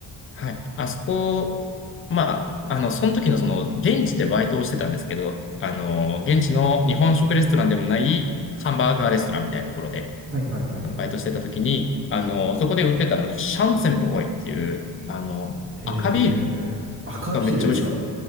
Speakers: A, on the left; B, on the right.
A: はい。あそこ、まあ、あの、その時のその、現地でバイトをしてたんですけど、あの、現地の日本食レストランでもないハンバーガーレストランみたいなところで、
B: はいはいはい。
A: あのバイトしてた時に、あの、そこで売ってたあの、シャンツェンボーイっていう、あの、
B: えー、
A: 赤ビール
B: 赤ビールですか
A: がめっちゃ美味しくて。